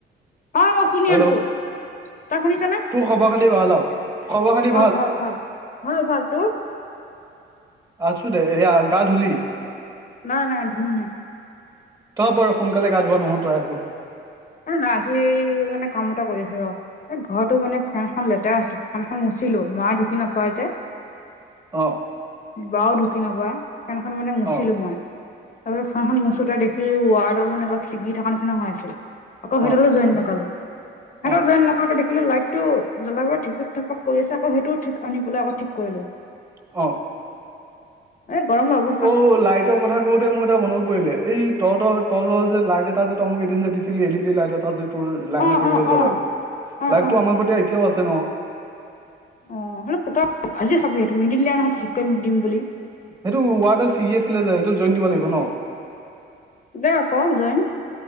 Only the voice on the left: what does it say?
অ' মই শুনি
আছোঁ। তই শুনিছনে?
ভাল ভাল ভাল, <unintelligible> ভাল তোৰ?
নাই নাই, ধূমহে।
এ, না, আজি মানে কাম এটা কৰি আছোঁ ৰ'। এ, ঘৰটো মানে ফেনখন লেতেৰা হৈছিল, ফেন এখন মুচিলো, মাই ঢুকি নপায় যে।
বাও ঢুকি নাপায়, ফেনখন মানে মুচিলো
মই। <unintelligible> ফেনখন মুচোতে দেখিলো ৱাৰ্ডৰ মানে অলপ ছিগি থকা নিচিনা হৈ আছিল। আকৌ সেইডালো
জইন লগালোঁ। সিহঁতক
জইন লগাওঁতে দেখিলোঁ লাইটটো জ্বলাব <unintelligible> কৰি আছে আকৌ সেইটো ঠিক আনি পেলাই আক ঠিক কৰিলোঁ। <inaudible>
এ, গৰম <unintelligible>
অ
অ
অ অ
অ
অ' <unintelligible> ভাজি খাবি, সেইটো নিদিলে নহয় তই ঠিক কৰিম দিম বুলি।
দে আকৌ জইন।